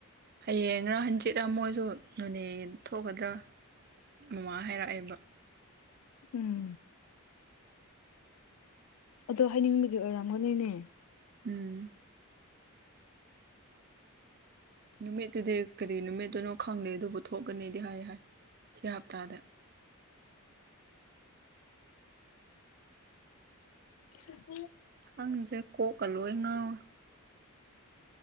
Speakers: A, on the right; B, on the left.
A: ꯍꯌꯦꯡꯔ ꯍꯟꯆꯤꯠ ꯑꯃ ꯃꯣꯏꯁꯨ ꯅꯣꯅꯦ ꯊꯣꯛꯒꯗ꯭ꯔꯥ ꯑꯃꯥꯏ ꯍꯥꯏꯔꯛꯑꯦꯕ
B: ꯎꯝ ꯑꯗꯣ ꯍꯥꯌꯦꯡꯕꯨꯗꯤ ꯑꯣꯏꯔꯝꯒꯥꯅꯤꯅꯦ
A: ꯎꯝ ꯅꯨꯃꯤꯠꯇꯨꯗꯤ ꯀꯔꯤ ꯅꯨꯃꯤꯠꯇꯨꯅꯣ ꯈꯪꯗꯦ ꯑꯗꯨꯕꯨ ꯊꯣꯛꯀꯅꯤꯗꯤ ꯍꯥꯏ ꯍꯥꯏ ꯁꯤ ꯍꯞꯇꯥꯗ
B: ꯎ
A: ꯈꯪꯗ꯭ꯔꯦ ꯀꯣꯛꯀ ꯂꯣꯏ ꯉꯥꯎꯋ